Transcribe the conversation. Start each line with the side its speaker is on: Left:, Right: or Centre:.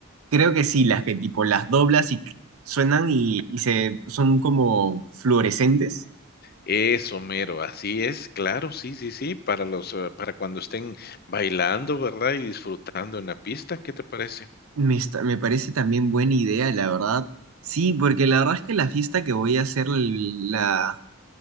Right: Creo que sí, las que tipo las doblas y suenan y, y se son como fluorescentes.
Left: Eso, mero, así es, claro, sí, sí, sí, para los, eh, para cuando estén bailando, ¿verdad? Y disfrutando en la pista, ¿qué te parece?
Right: Me, está- me parece también buena idea, la verdad. Sí, porque la verdad es que la fiesta que voy a hacer, la,